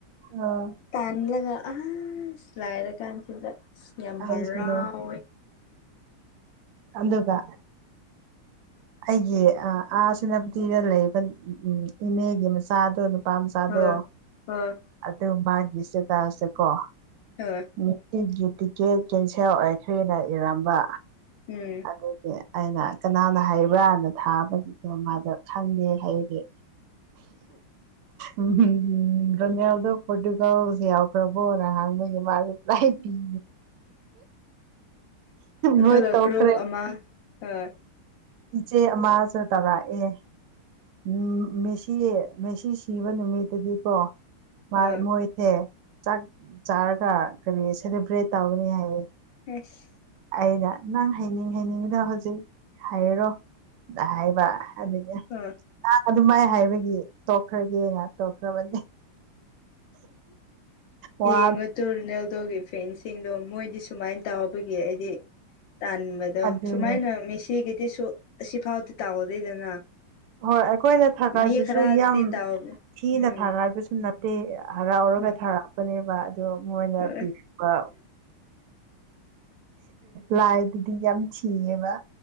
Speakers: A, on the right; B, on the left.
A: ꯑꯥ
B: ꯇꯥꯟꯂꯒ ꯑꯁ ꯂꯥꯏꯔ ꯀꯥꯟꯁꯤꯗ ꯁ ꯌꯥꯝ
A: ꯑꯩꯁꯨꯅꯦ
B: ꯍꯔꯥꯎꯋꯦ
A: ꯑꯝꯗꯨꯒ ꯑꯩꯒꯤ ꯑ ꯑꯥ ꯁꯦꯅꯥꯄꯇꯤꯗ ꯂꯩꯕ ꯎꯝ ꯎꯝ ꯏꯅꯦꯒꯤ ꯃꯆꯥꯗꯣ ꯅꯨꯞ ꯄꯥꯝꯆꯥꯥꯗꯣ
B: ꯍꯣꯏ ꯍꯣꯏ
A: ꯑꯗꯨ ꯃꯥꯒꯤꯁꯦ ꯇꯥꯜꯁꯦꯀꯣ
B: ꯑꯥ <unintelligible>
A: ꯎꯝ ꯑꯩꯒꯤ ꯇꯤꯛꯀꯦꯠ ꯀꯦꯟꯁꯦꯜ ꯑꯣꯏꯈ꯭ꯔꯦꯅ ꯏꯔꯝꯕ
B: ꯎꯝ
A: ꯗꯨꯒꯤ ꯑꯩꯅ ꯀꯅꯥꯅ ꯍꯥꯏ ꯔꯥꯅ ꯊꯥꯕꯒꯤꯗꯣ ꯃꯥꯗꯣ ꯈꯪꯉꯦ ꯍꯥꯏꯕꯒꯤ ꯎꯝ ꯍꯨꯝ ꯔꯣꯅꯦꯜꯗꯣ ꯄꯣꯔꯇꯨꯒꯜꯖꯦ ꯌꯥꯎꯈ꯭ꯔꯕꯣ ꯔꯍꯥꯡꯃꯩꯒꯤ ꯃꯥꯜ ꯂꯥꯏ ꯄꯤ <unintelligible>
B: ꯑꯗꯨꯒ
A: ꯃꯣꯏ ꯇꯣꯛꯈ꯭ꯔꯦ
B: ꯀ꯭ꯔꯨꯞ ꯑꯃ ꯑ
A: ꯏꯆꯦ ꯑꯃꯁꯨ ꯇꯔꯛꯑꯦ ꯎꯝ ꯃꯦꯁꯤ ꯃꯦꯁꯤ ꯁꯤꯕ ꯅꯨꯃꯤꯠꯇꯗꯤꯀꯣ ꯃ
B: ꯑ
A: ꯃꯣꯏꯁꯦ ꯆꯥꯛ ꯆꯥꯔꯒ ꯀꯔꯤ ꯁꯦꯂꯦꯕ꯭ꯔꯦꯠ ꯇꯧꯒꯅꯤ ꯍꯥꯏꯌꯦ
B: ꯏꯁ
A: ꯑꯩꯅ ꯅꯪ ꯍꯩꯅꯤꯡ ꯍꯩꯅꯤꯡꯗꯣ ꯍꯧꯖꯤꯛ ꯍꯥꯏꯔꯔꯣ ꯍꯥꯏꯕ ꯑꯗꯨꯒꯤ
B: ꯑꯥ
A: ꯑ ꯑꯗꯨꯃꯥꯏ ꯍꯥꯏꯕꯒꯤ ꯇꯣꯛꯈ꯭ꯔꯒꯦ ꯉ ꯇꯣꯛꯈ꯭ꯔꯕꯅꯦ ꯋꯥ
B: ꯌꯦꯉꯣ ꯇꯨ ꯔꯨꯅꯦꯜꯗꯣꯒꯤ ꯐꯦꯟꯁꯤꯡꯗꯣ ꯃꯣꯏꯗꯤ ꯁꯨꯃꯥꯏꯅ ꯇꯥꯎꯕꯒꯤ ꯑꯩꯗꯤ ꯇꯥꯟꯕ ꯗꯣ
A: ꯑꯗꯨꯅꯦ
B: ꯁꯨꯃꯥꯏꯅ ꯃꯦꯁꯤꯒꯤꯗꯤꯁꯨ ꯑꯁꯤꯐꯥꯎꯗꯤ ꯇꯥꯎꯗꯦꯗꯅ
A: ꯍꯣꯏ ꯑꯩꯈꯣꯏꯅ ꯊꯥꯒꯥꯏꯕꯁꯨ
B: ꯃꯤ ꯈꯔꯗꯤ
A: ꯌꯥꯝ
B: ꯇꯥꯎꯕ
A: ꯊꯤꯅ
B: ꯎꯝ
A: ꯊꯥꯒꯥꯏꯕꯁꯨ ꯅꯠ ꯗꯤ ꯍꯔꯥꯎꯔꯒ
B: ꯍꯣꯏ
A: ꯊꯥꯔꯛꯄꯅꯦꯕ ꯑꯗꯨ ꯃꯣꯏꯅ
B: ꯍꯣꯏ
A: ꯄꯤꯔꯛꯄ ꯂꯥꯏꯗꯨꯗꯤ ꯌꯥꯝ ꯁꯤꯌꯦꯕ